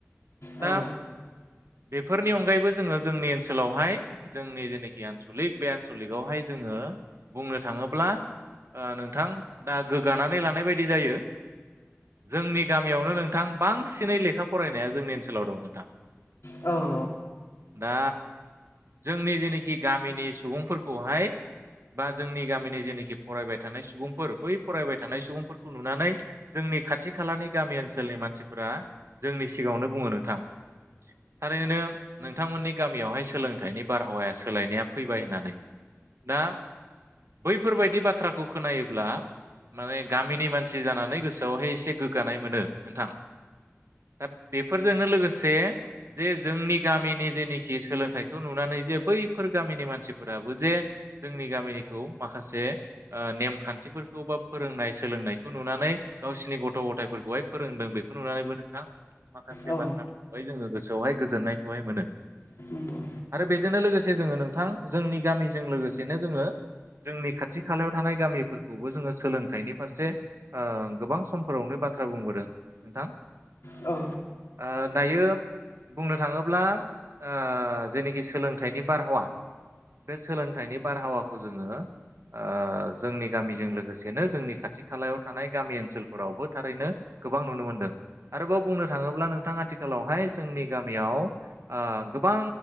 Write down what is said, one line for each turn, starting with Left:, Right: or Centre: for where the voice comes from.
Left: औ
Right: दा बेफोरनि अनगायैबो जोङो जोंनि ओनसोलावहाय जोंनि जेनोखि आनसलिक बे आनसलिकआवहाय जोङो बुंनो थाङो ब्ला नोंथां दा गोग्गानानै लानाय बायदि जायो। जोंनि गामियावनो नोंथां बांसिनै लेखा फरायनाया जोंनि ओनसोलाव दं नोंथां।
Left: औ
Right: दा जोंनि जेनोखि गामिनि सुबुंफोरखौहाय बा जोंनि गामिनि जेनोखि फरायबाय थानाय सुबुंफोर बै फरायबाय थानाय सुबुंफोरखौ नुनानै जोंनि खाथि खालानि गामि ओनसोलनि मानसिफोरा जोंनि सिगाङावनो बुङो नोंथां। थारैनो नोंथांमोननि गामियावहाय सोलोंथाइनि बारहावाया सोलायनाया फैबाय होननानै। दा बैफोरबायदि बाथ्राखौ खोनायोब्ला माने गामिनि मानसि जानानै गोसोआवहाय एसे गोग्गानाय मोनो नोंथां। दा बेफोरजोंनो लोगोसे जे जोंनि गामिनि जेनोखि सोलोंथाइखौ नुनानै जे बैफोर गामिनि मानसिफोराबो जे जोंनि गामिनिखौ माखासे ओ नेमखान्थिफोरखौ बा फोरोंनाय सोलोंनायखौ नुनानै गावसोरनि गथ' गथायफोरखौ खौहाय फोरोंदों बेखौ नुनानैबो नोंथां माखासे
Left: औ नंगौ औ
Right: बाथ्राफोरखौहाय जोङो गोसोआवहाय गोजोननायखौहाय मोनो।
Left: नंगौ
Right: आरो बेजोंनो लोगोसे जोङो नोंथां जोंनि गामिजों लोगोसेनो जोङो जोंनि खाथि खालायाव थानाय गामिफोरखौबो जोङो सोलोंथाइनि फारसे ओ गोबां समफोरावनो बाथ्रा बाथ्रा बुंबोदों नोंथां
Left: औ
Right: ओ दायो बुंनो थाङोब्ला ओ जेनोखि सोलोंथाइनि बारहावा बे सोलोंथाइनि बारहावाखौ जोङो ओ जोंनि गामिजों लोगोसेनो जोंनि खाथि खालायाव थानाय गामि ओनसोलफोरावबो थारैनो गोबां नुनो मोनदों आरोबाव बुंनो थाङोब्ला नोंथां आथिखालावहाय जोंनि गामियाव ओ ओ गोबां